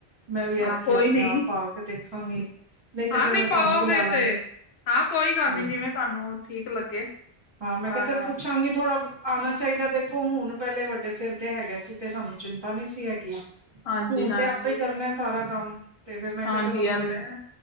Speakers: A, on the right; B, on the left.
A: ਮੈਂ ਵੀ ਐਤਕੀਂ
B: ਹਾਂ ਕੋਈ
A: ਆਪਣੇ
B: ਨੀ
A: ਆਪ ਪਾ ਕੇ ਦੇਖਾਂਗੀ। ਤੇ
B: ਹਾਂ
A: ਫੇਰ
B: ਨਹੀਂ
A: ਮੈਂ ਤੁਹਾਨੂੰ
B: ਪਾਓਗੇ
A: ਬੁਲਾ ਲਾਂਗੀ
B: ਤੇ, ਹਾਂ ਕੋਈ ਗੱਲ
A: ਹਮ
B: ਨੀ ਜਿਵੇਂ ਤਾਨੂੰ ਠੀਕ ਲੱਗੇ।
A: ਹਾਂ ਮੈਂ
B: ਪਾ।
A: ਕਿਆ ਚੱਲ ਪੁੱਛਾਂਗੀ ਥੋੜਾ ਬ ਆਣਾ ਚਾਈਦਾ ਦੇਖੋ ਹੁਣ, ਪਹਿਲੇ ਵੱਡੇ ਸਿਰ ਤੇ ਹੈਗੇ ਸੀ ਤੇ ਸਾਨੂੰ ਚਿੰਤਾ ਨੀ ਸੀ ਹੈਗੀ।
B: ਹਾਂਜੀ
A: ਹੁਣ
B: ਹਾਂਜੀ
A: ਤੇ ਆਪਾਂ ਈ ਕਰਨਾ ਐ ਸਾਰਾ। ਕੰਮ ਤੇ ਫੇਰ ਮੈਂ ਕਿਹਾ
B: ਹਾਂਜੀ
A: ਚਲੋ ਥੋੜੀ
B: ਇਹ ਤੇ ਹੈ